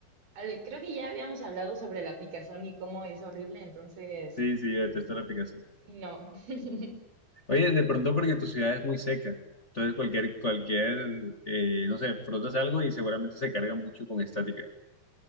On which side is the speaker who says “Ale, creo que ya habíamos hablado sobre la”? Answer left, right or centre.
Right